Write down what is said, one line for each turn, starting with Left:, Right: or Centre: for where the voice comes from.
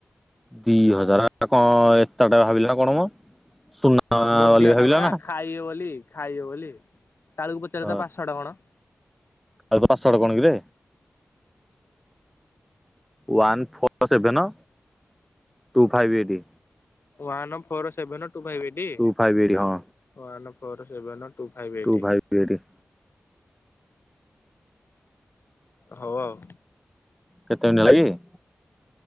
Centre: ଦି ହଜାର କଣ ଏତେ ଟା ଭାବିଲା ନା କଣ ମ। ସୁନା
Left: ବଧିଆ
Centre: ବୋଲି ଭାବିଲା
Left: ଟା ପରା
Centre: ନା।
Left: ଖାଇବେ ବୋଲି ଖାଇବେ ବୋଲି ତାଳୁକୁ ପଚାରିଲ
Centre: ହଁ
Left: ତା ପାସ୍ୱାଡ଼ କଣ?
Centre: ଆଉ ପାସ୍ୱାଡ କଣ କିରେ। One four seven two five ଏଇଟି।
Left: One four seven two five ଏଇଟି
Centre: ଟୁ ଫାଇଭ୍ ଏଇଟ୍ ହଁ
Left: one four seven two five eight
Centre: two five ଏଇଟି,
Left: ହଉ ଆଉ।
Centre: କେତେ ମିନଟି ହେଲାକି?